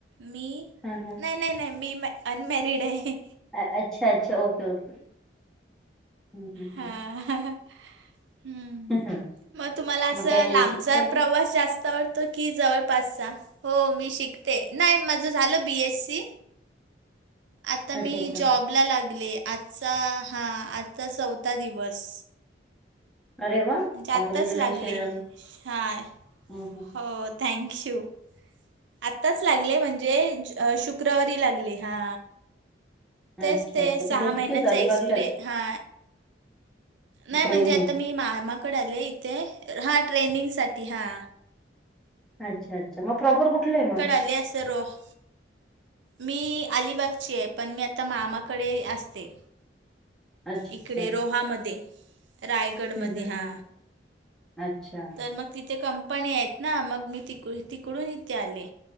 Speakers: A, on the right; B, in the centre.
A: मी
B: हा हा
A: नाही नाही, नाही मी मॅ अनमॅरिड हाय.
B: आ, अच्छा, अच्छा ओके, ओके. हम्म हम्म
A: हा, हं. हम्म.
B: <unintelligible>
A: मग, तुम्हाला असं
B: मग काय
A: लांबचा
B: शिकताय
A: प्रवास
B: का?
A: जास्त आवडतो की जवळ पासचा? हो मी शिकते नाही माझं झालं बी. एस. सी. आता
B: अच्छा
A: मी
B: अच्छा
A: जॉबला लागले. आजचा हा, आजचा चौथा दिवस.
B: अरे, वा
A: म्हणजे आताच
B: कॉँग्रॅच्युलेशन.
A: लागले, हा न
B: हम्म हम्म
A: हो, हो थँक्यू आत्ताच लागले म्हणजे शुक्रवारी लागले हा. तेच
B: अच्छा
A: ते,
B: अच्छा
A: सहा
B: कुठे तिथेच
A: महिन्याच एक्सपिर
B: अलिबागलाच
A: हा नाही
B: ट्रेनिंग?
A: म्हणजे आता मी मामाकडे आले इथे, हा ट्रेनिंग साठी हा.
B: अच्छा, अच्छा मग प्रॉपर कुठलं आहे मग?
A: अल्या- सरोह मी अलिबागचीय, पण मी आता मामाकडे असते.
B: अच्छा,
A: इकडे
B: अच्छा.
A: रोहामध्ये, रायगडमध्ये
B: हं, हं,
A: हा.
B: हं. अच्छा.
A: तर मग तिथे कंपनी आहेत ना? मग मी तिक तिकडून इथे आले